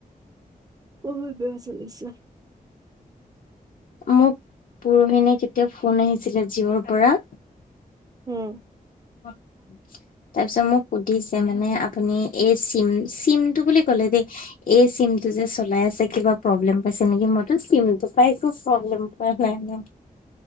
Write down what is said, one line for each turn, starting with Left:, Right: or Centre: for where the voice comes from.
Right: ব বেহ চলিছে
Left: মোক পৰোহিণে কেতিয়া ফোন আহিছিলে জিঅ'ৰ পৰা
Right: উম
Left: অ তাৰপিছত মোক সুধিছে মানে আপুনি এই চিম চিমটো বুলি কলে দেই এই চিমটো যে চলাই আছে কিবা প্ৰব্লেম পাইছে নেকি মইতো চিমটো পাই একো প্ৰব্লেম পোৱা নাই ন